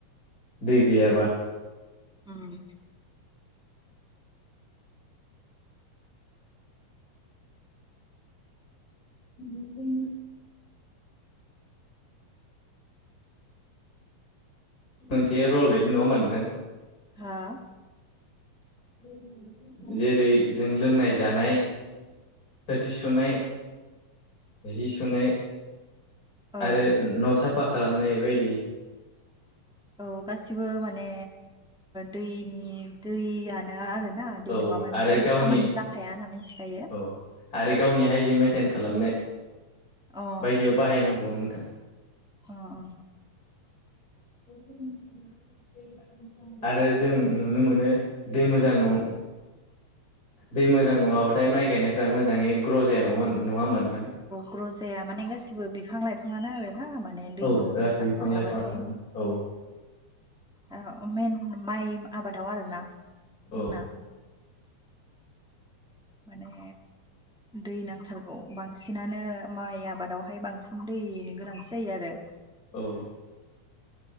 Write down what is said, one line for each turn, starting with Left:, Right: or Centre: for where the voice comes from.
Left: दै गैयाब्ला
Centre: <inaudible>
Left: उम मोनसे रल बायदि नङामा नोंथां।
Centre: हा
Left: दे द <unintelligible> जेरै जों लोंनाय जानाय थोरसि सुनाय जि सुनाय
Centre: औ
Left: आरो
Centre: नोंथां
Left: न' साफा खालामनाय बायदि
Centre: औ गासिबो माने दैनि दैयानो आर ना। दै
Left: औ
Centre: नङाबानो
Left: आरो
Centre: जेबो
Left: गावनि
Centre: खामानि जाखाया होनना मिथिखायो
Left: औ आरो गावनि हाय जि मेेनटेन खालामनाय
Centre: अ
Left: बायदियाव बाहायनांगौ नोंथां।
Centre: अ अ।
Left: जों आरो जों नुनो मोनो दै मोजां न' दै मोजां नङाबाथाय माइ गायनायफ्रा मोजाङै ग्र' जाया नङा नङा होमबा नोंथां।
Centre: ग्र'जाया माने गासिबो बिफां लाइफाङानो आर ना म माने दै
Left: औ
Centre: मोजां
Left: गासै बिफां
Centre: मोनाबाथाय
Left: लाइफां औ
Centre: दा मन माइ आबादाव आरोना
Left: औ
Centre: जोंना माने दै नांथारगौ बांसिनानो माइ आबादावहाय बांसिन दैनि गोनांथि जायो आरो
Left: औ।